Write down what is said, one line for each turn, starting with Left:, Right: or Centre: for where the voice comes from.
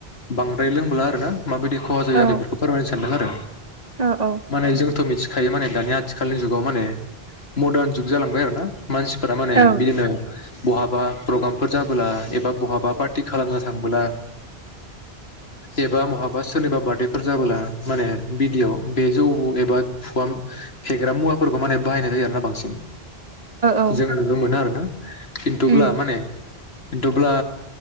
Left: बांद्राय लोंब्ला <unintelligible> माबायदि खहा जायो
Right: औ
Left: आं बेफोरखौ फोरमायनो सानदों आरो।
Right: औ औ
Left: माने जोंथ' मिथि थायो माने दानि आथि खालनि जुगाव माने मदार्न जुग जालांबाय आरोना। मानसिफोरा माने
Right: औ
Left: बिदिनो बहाबा प्रग्राम फोर जाबोला एबा बहाबा पार्टि खालामनो थांबोला एबा बहाबा सोरनिबा बार्डेफोर जाबोला माने बिदियाव बे जौ एबा फुवाम फेग्रा मुवाफोरखौ माने बाहायनाय जायो आरोना बांसिन।
Right: औ
Left: जों नुनो मोनो आरो ना खिनथुब्ला
Right: उम
Left: माने खिनथुब्ला